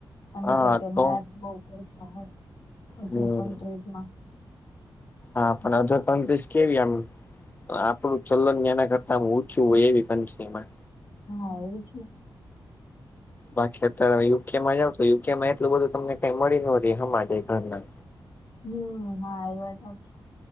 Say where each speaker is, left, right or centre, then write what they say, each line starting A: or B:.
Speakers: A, on the left; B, on the left.
A: આ બધા
B: હા
A: કે
B: તો
A: બાર બ પૈસા હોયધર
B: હમ
A: કન્ટ્રીમાં
B: હા પણ અડધો ત્રણ ત્રીસ કેવી આમ આપડું ચલન એના કરતા ઓછું હોય એવી કંનત્રીમા
A: હા એવી છે.
B: બાકી અત્યારે યુકેમાં જાવ તો યુકેમાં એટલું બધું તમને કઈ મળી ન હમાજ ઘરના
A: હમ હા એ વાત જ છે